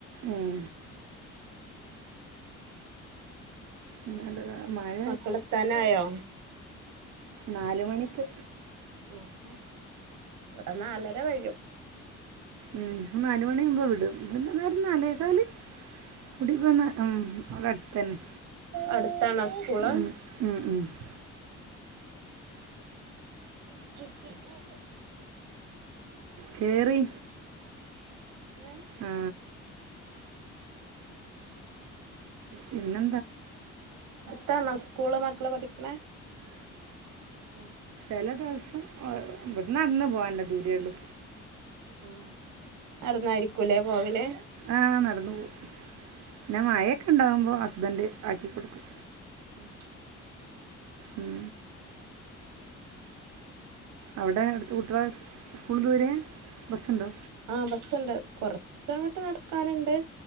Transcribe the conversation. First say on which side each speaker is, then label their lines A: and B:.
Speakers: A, on the right; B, on the right.
A: ഈഹ് അല്ലാണ്ട് മഴ
B: മക്കളെത്താനായോ?
A: നാല്മണിക്ക്
B: <unintelligible> ഇവിടെ നാലര കഴിയും
A: ഉം നാലുമണിയവുമ്പോ വിടും പിന്നെന്നരനാലേക്കാല് കുടി പോന്ന അവിടെ അടുത്തന്നെ
B: അടുത്താണോ സ്കൂള്
A: ഉം ഉം ഉം <inaudible>
B: <unintelligible>
A: കേറി
B: <unintelligible>
A: ആ <inaudible> പിന്നെ
B: താണൊസ്കൂള് മക്കള്ള് പഠിക്കണ? ഉം
A: ചലദിവസം ഇവിടെന്ന് നടന്ന പോവാനുള്ളദൂരേള്ളു
B: ഉ നടന്നായിരിക്കൂലേ പോവല്
A: ആഹ് നടന്നു പോകും പിന്നെ മയയൊക്കെ ഉണ്ടാവുമ്പോ ഹസ്ബൻഡ് ആക്കി കൊടുക്കും
B: <unintelligible>
A: ഉം അവിടെ അടുത്ത് കുട്ടികള സ്കൂള് ദൂരെയാ ബസ്സുണ്ടോ
B: ആഹ ബസുണ്ട് കൊറച്ചങ്ങോട്ട് നടക്കാനുണ്ട്